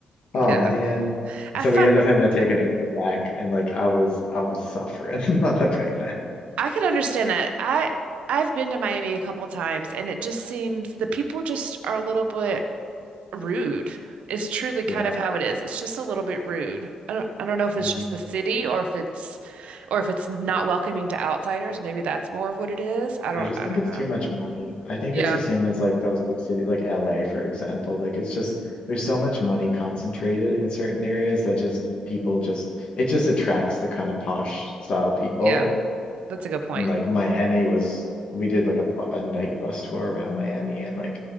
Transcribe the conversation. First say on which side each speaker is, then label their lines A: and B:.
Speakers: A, on the right; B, on the left.
A: Yeah.
B: oh man. And
A: I
B: so
A: find
B: we ended up having to take an Uber back and like I was I was suffering <laughs> on the way back.
A: I can understand that. I I've been to Miami a couple times and it just seems the people just are a little bit rude. It's truly kind
B: Yeah.
A: of how it is. It's just a little bit rude. I don't I don't know if it's
B: Mm.
A: just the city or if it's or if it's not welcoming to outsiders. Maybe that's more of what it is. I don't
B: I just
A: I
B: think
A: don't
B: it's
A: know.
B: too much money. I think
A: Yeah.
B: it's the same as like those big cities, like LA, for example. Like it's just there's so much money concentrated in certain areas that just people just it just attracts the kind of posh style people
A: Yeah. That's a good point.
B: and like Miami was we did like a, bu- a night bus tour around Miami and like